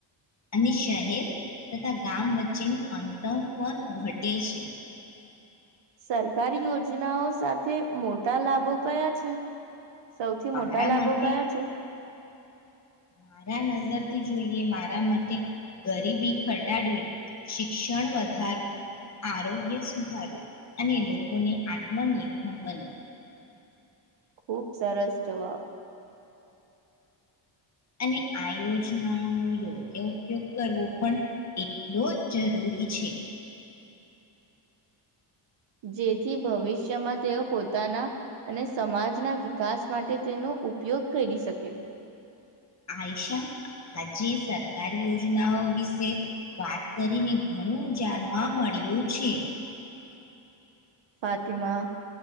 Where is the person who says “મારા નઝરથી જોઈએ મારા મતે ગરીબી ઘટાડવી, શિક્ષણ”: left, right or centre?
Left